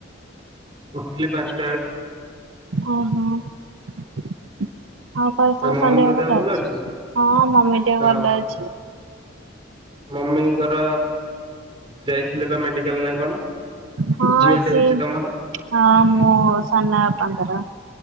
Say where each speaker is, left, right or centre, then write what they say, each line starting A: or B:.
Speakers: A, on the right; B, on the right.
A: ଉଠିଲି ପାଞ୍ଚ
B: ଓ ହୋ <inaudible> ତମ ଘରେ
A: ଆଉ
B: ସମସ୍ତଙ୍କ
A: ମମିଙ୍କ
B: ଦେହ ଭଲ ଅଛ
A: ଅଛି?
B: ହଁ ମମି ଦେହ
A: ହଁ
B: ଭଲ ଅଛି
A: ମମିଙ୍କର ଯାଇଥିଲେ ବା ମେଡିକାଲ ନା କଣ?
B: ହଁ
A: ଝିଅଟେ
B: ସିଏ
A: ହେଇଛି ତମର
B: ହଁ ମୋ ସାନ ବାପାଙ୍କର